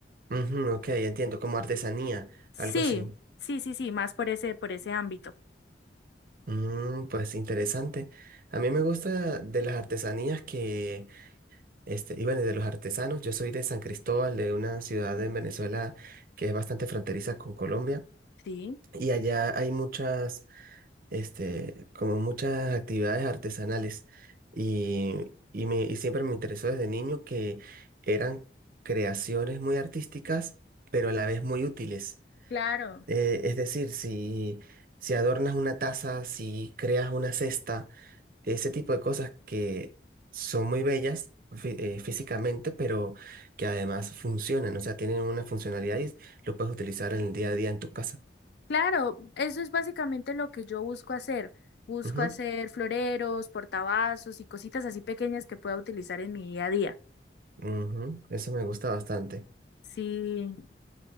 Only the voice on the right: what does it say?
Ujú, ok, entiendo, como artesanía,
algo así.
Mm, pues interesante. A mí me gusta de las artesanías que, este, y bueno, de los artesanos. Yo soy de San Cristóbal, de una ciudad en Venezuela que es bastante fronteriza con Colombia.
Y allá hay muchas, este, como muchas actividades artesanales. Y, y me, y siempre me interesó desde niño que eran creaciones muy artísticas, pero a la vez muy útiles.
Eh, es decir, si, si adornas una taza, si creas una cesta, ese tipo de cosas que son muy bellas fí- eh, físicamente, pero que además funcionan, o sea, tienen una funcionalidad y lo puedes utilizar en el día a día en tu casa.
Ujú,
ujú, Eso me gusta bastante.